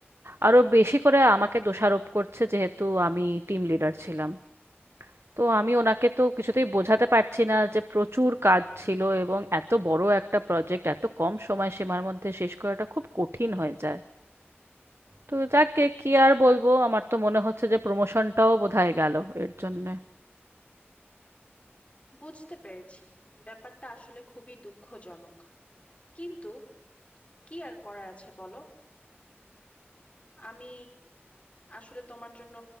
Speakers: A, on the right; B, on the left.
A: আরো বেশি করে আমাকে দোষারোপ করছে যেহেতু আমি টিম লিডার ছিলাম তো আমি ওনাকে তো কিছুতেই বোঝাতে পারছি না যে প্রচুর কাজ ছিল এবং এত বড় একটা প্রজেক্ট এত কম সময় সীমার মধ্যে শেষ করাটা খুব কঠিন হয়ে যায় তো যাকে কি আর বলবো আমার তো মনে হচ্ছে যে প্রমোশনটাও বোধহয় গেল এর জন্যে
B: বুঝতে পেরেছি ব্যাপারটা আসলে খুবই দুঃখজনক কিন্তু কি আর করার আছে বলো আমি আসলে তোমার জন্য